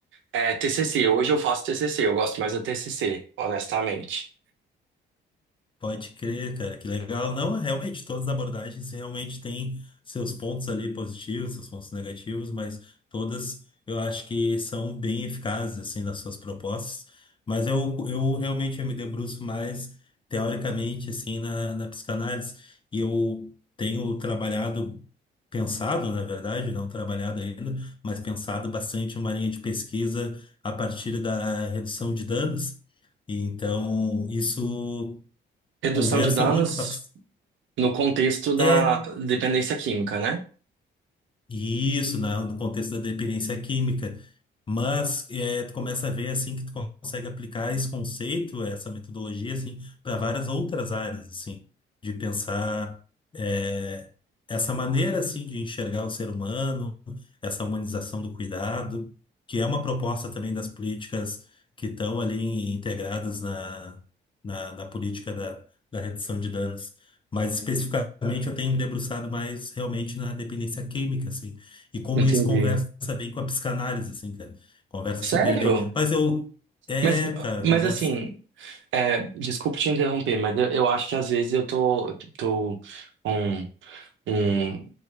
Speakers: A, on the right; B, on the left.
A: É, TCC. Hoje eu faço TCC. Eu gosto mais do TCC, honestamente.
B: Pode crer, cara, que legal. Não, realmente, todas as abordagens realmente têm seus pontos ali positivos, seus pontos negativos, mas todas eu acho que são bem eficazes, assim, nas suas propostas. Mas eu, eu realmente eu me debruço mais teoricamente, assim, na, na psicanálise. E eu tenho trabalhado, pensado, na verdade, não trabalhado ainda, mas pensado bastante uma linha de pesquisa a partir da redução de danos. e Então, isso
A: Redução
B: Conversa
A: de danos
B: muito com a... ps-
A: no contexto da
B: É,
A: dependência química, né?
B: isso, na, no contexto da dependência química. Mas é, tu começa a ver assim que tu consegue aplicar esse conceito, essa metodologia assim, para várias outras áreas assim, de pensar é, essa maneira assim de enxergar o ser humano, essa humanização do cuidado, que é uma proposta também das políticas que estão ali integradas na, na, na política da, da redução de danos. Mas especificamente eu tenho me debruçado mais realmente na dependência química, assim. E como
A: Entendi.
B: isso conversa bem com a psicanálise, assim, cara. Conversa
A: Sério?
B: super bem. Mas eu. É,
A: Mas,
B: cara,
A: mas
B: conversa.
A: assim, é, desculpa te interromper, mas eu, eu acho que às vezes eu tô, tô com um,